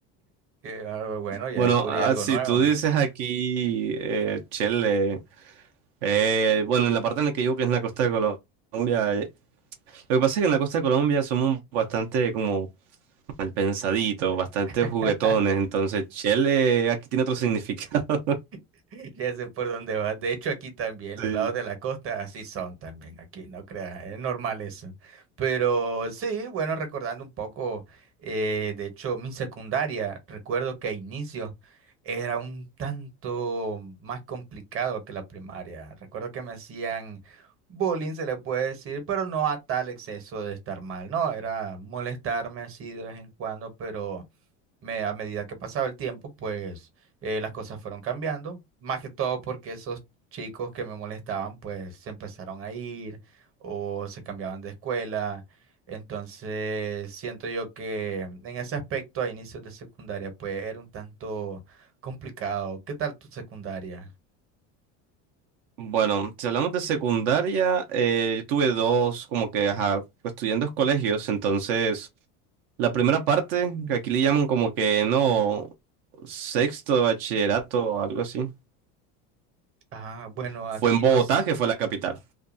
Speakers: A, on the right (about 40°); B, on the right (about 75°).
A: Que, ah, bueno, ya
B: Bueno,
A: descubrí
B: ah,
A: algo
B: si
A: nuevo.
B: tú dices aquí eh, Chile, eh, bueno, en la parte en la que yo que es en la costa de Colombia, eh, lo que pasa es que en la costa de Colombia somos bastante como mal pensaditos, bastante
A: <laughs>
B: juguetones, entonces Chile aquí tiene otro significado. <laughs>
A: <laughs> Ya sé por dónde vas. De hecho, aquí también, los
B: Sí.
A: lados de la costa así son también aquí, no creas, es normal eso. Pero sí, bueno, recordando un poco, eh, de hecho, mi secundaria, recuerdo que a inicio era un tanto más complicado que la primaria. Recuerdo que me hacían bullying, se le puede decir, pero no a tal exceso de estar mal, no, era molestarme así de vez en cuando, pero me- a medida que pasaba el tiempo, pues eh, las cosas fueron cambiando, más que todo porque esos chicos que me molestaban, pues se empezaron a ir o se cambiaban de escuela. Entonces, siento yo que en ese aspecto a inicios de secundaria, pues era un tanto complicado. ¿Qué tal tu secundaria?
B: Bueno, si hablamos de secundaria, eh, tuve dos, como que, ajá, pues, estudié en dos colegios, entonces la primera parte, que aquí le llaman como que no, sexto de bachillerato o algo así.
A: Ah, bueno,
B: Fue
A: aquí
B: en Bogotá,
A: nos...
B: que fue la capital.